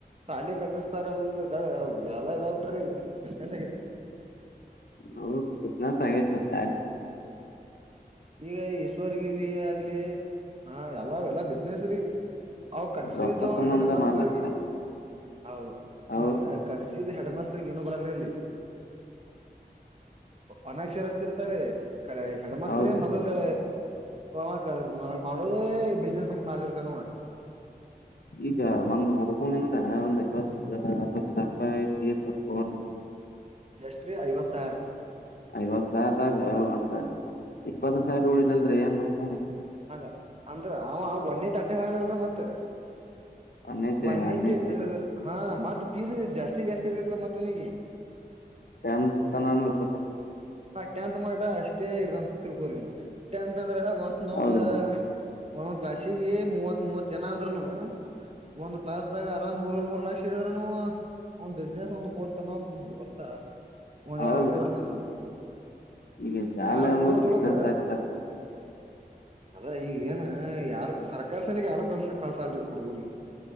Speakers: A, on the right; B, on the left.
A: ಸಾಲಿ ಕಟ್ಟಿಸ್ತಾರ ಅದೊ್ ದಡ ಎಲ್ಲಾ ಇದಾಗ್ಬ ಬಿಟ್ರಿ ಈಗ ಆಗ
B: ಹೌದು ಆಗತ ಶಲ್
A: ಈಗ ಈಶ್ವರ್ಗ ಆಗ್ಲಿ ಹ ಎಲ್ಲ ಎಲ್ಲಾ ಬಿಸ್ನೆಸ್ ರೀ ಅವ ಕಟ್ಸಿದ
B: ರೊಕ್ಕದ
A: ಅವರು
B: ಸಂಬಂಧ
A: ಹೆಡ ಮಾಸ್ತರ್ಗೆ
B: ಮಾಡ್ಲಕತ್ತಾರೆ
A: ಹೌದು
B: ಹೌದ್ರಿ
A: ಈಗ ಕಡಸಿದ ಹೆಡ ಮಾಾಸ್ತರ್ಗ ಏನ ಬರಲ್ರಿ ಅಲ್ಲಿ ಅನಾಕ್ಷರಸ್ತಿ ಇರ್ತಾರೆ ಕರೆ
B: ಹೌದ್ರಿ
A: ಇ ಮೊದಲ ವಮ ಕ ನಡ ಬಿಸ್ಿನನೆಸ್ಂದ ಮಾಡತಿಿರ್ತಾನ
B: ಈಗ ಒಂದ್ ಹುಡುಗುನಿಂದ ಒಂದ್ ಐವತ್ತು ಅರವತ್ ಸಾವಿ ರೂಪಾಯಿ ಪ ತತ್್ರಿ
A: ಎಷ್ಟ್ರೀ ಐವತ್ ಸಾವಿರ
B: ಐವತ್ತು ಸಾವಿರದ ಅಂದ ಇಪ್ಪತ್ತು ಸಾವಿರ ಉಳಿಲ್ಲಲ್ರರಿ ಏನ್ೋಗಕ್ತಾನಕ್ಕೆ
A: ಹಂಗ ಅಂದ್ರ ಅವ ಒ್ಣೆ ತಟ್ಟೆಗೆ ಹಂಗಲಲ್ರ ಮತ್ತ
B: ಹದ್ನೈತೆ
A: ವನ್ಯಜ
B: ಹದ್ನೈತೆ
A: ಹಾ ಪೀಜಾ ಜಾಸ್ತಿ ಜಾಸ್ತಿ ಇರ್ತತ್ತಲ್ಲ ಮತ್ತೊನಿಗೆ
B: ಎಂತ ತನಾನತ
A: ಹಾ ಟೆಂತ್ ಮಾಡಟ ಅಷ್ಟೇ ಇರ್ತಂತ ತಿಳ್ಕೋ್ರಿಟಂತ್ ಂತಂದ್ರ ಒಂದೊಂದ್
B: ಹೌದ್ರಿ
A: ಒಂದೊಂದ್ ಕ್ಲಾಾಸಿಗೆ ಮೂವತ್ ಮೂವತ್ ಜನ ಅಂದ್ೂನು ಒಂದ್ ಕ್ಲಾಸ್್ದಾಗ ಆರಾಮ್ ಮೂರ ಮೂರ್ ಲಕ್ಷ ಹಿಡಿದ್ರುನು ಒಂದ್ ಬಿಸ್ನೆಸ್ ಒಂದು ಕೋಟ ತನ ಹೋಗ್ತಿದ ಬರ್ ಒಂದ್
B: ಹೌದ್ರಿ
A: ಎರಡು ಕೋಡಿ ತಮ್ಮ
B: ಈಗ ಶಾಲೆ
A: ಎರಡು
B: ಎಂಬುದು
A: ಕೋಟಿ
B: ಬಿಸ್ನೆಸ್
A: ಒಳಗ
B: ಆಗ್ಬಿಟ್ಟತ್ರಿ
A: ಅದ ಈಗ ಏನ ಹ ಯಾರು ಸರ್ಕಾರಿ ಸಾಲಿಗೆ ಯಾರು ಕಳ್ಸ ಕಳ್ಸ ಅಲ್ರಿ ಹುಡುಗುರಿಗೆ